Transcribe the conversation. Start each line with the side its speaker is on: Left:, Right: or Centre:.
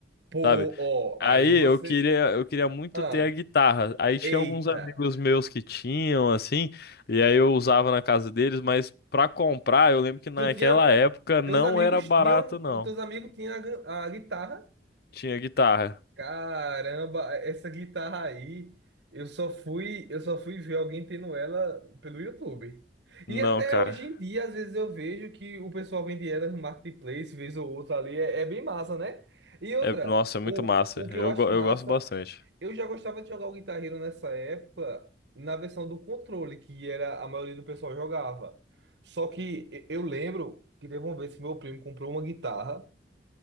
Right: Pô,
Left: sabe?
Right: ó,
Left: Aí
Right: aí você.
Left: eu queria, eu queria muito
Right: Ah,
Left: ter a guitarra. Aí tinha
Right: eita.
Left: alguns amigos meus que tinham, assim, e aí eu usava na casa deles, mas pra comprar, eu lembro que naquela
Right: Tu tinha.
Left: época não
Right: Teus amigos
Left: era barato,
Right: tinham.
Left: não.
Right: Os teus amigos tinham a, gu- a guitarra.
Left: Tinha guitarra.
Right: Caramba, essa guitarra aí, eu só fui, eu só fui ver alguém tendo ela pelo YouTube.
Left: Não,
Right: E até
Left: cara.
Right: hoje em dia, às vezes eu vejo que o pessoal vende ela no marketplace, vez ou outra ali, é, é bem massa, né? E outra,
Left: É, nossa, é muito
Right: o,
Left: massa.
Right: o que
Left: Eu,
Right: eu acho
Left: go-
Right: massa,
Left: eu gosto bastante.
Right: eu já gostava de jogar o Guitar Hero nessa época, na versão do controle, que era a maioria do pessoal jogava. Só que e- eu lembro que teve uma vez que meu primo comprou uma guitarra.